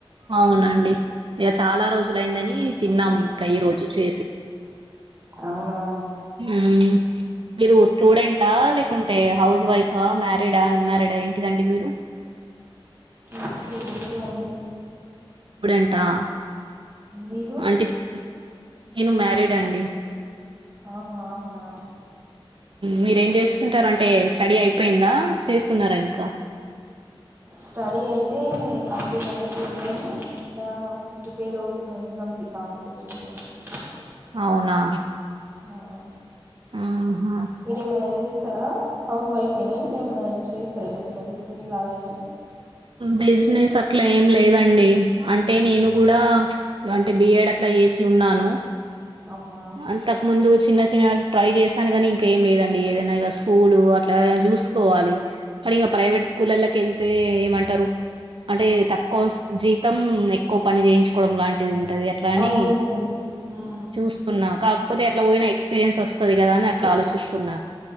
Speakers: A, on the right; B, on the right.
A: అవునండి ఇక చాలా రోజులయిందని తిన్నాము ఇంకా ఈ రోజు చేసి
B: అవునా
A: హుమ్ మీరు స్టూడెంటా లేకుంటే హౌస్ వైఫా మ్యారీడా అన్మారిడా ఏంటిదండి మీరు
B: ఇంక స్టూడెంటె అండి
A: స్టూడెంటా
B: మీరు
A: అంటే నేను మ్యారీడ్ అండి
B: ఆహా అవునా
A: మీరేం చేస్తుంటారండి స్టడీ అయిపోయిందా చేస్తున్నారా ఇంకా
B: స్టడీ అయితే కంప్లీట్ అయిపోంది గాని ఇక ప్రిపేర్ అవుతున్న ఎగ్జామ్స్ కి కాంపిటేటివ్ ఎగ్జామ్స్ కి
A: అవునా
B: అవును
A: ఆహా
B: మీరేమన్నా చేస్తరా, హౌస్ వైఫేయినా ఇంట్ల ఏమన్నా చేస్తరా ఇట్లా చిన్న బిజినెస్ లాగా ఏమన్నా.
A: బిజినెస్ అట్లా ఏం లేదండి అంటే నేను కూడా అంటే బిఏడ్ అట్లా చేసి ఉన్నాను
B: అవునా
A: అంత ముందు చిన్న చిన్న ట్రై చేసాను కాని ఇంక ఏం లేదండి. ఏదైనా ఇగ స్కూల్ అట్లా చూసుకోవాలి. కానీ ఇగ ప్రైవేట్ స్కూల్లలకు ఎళ్తే ఏమంటరు. అంటే తక్కువ జీతం ఎక్కువ పని చేయించుకోవడం లాంటిది ఉంటది. అట్లాని
B: అవునండి ఉమ్
A: చూస్ తున్నా కాకపోతే అట్ల పోయిన ఎక్స్పీరియన్స్ వస్తది కదా అని అట్ల ఆలోచిస్తున్నా.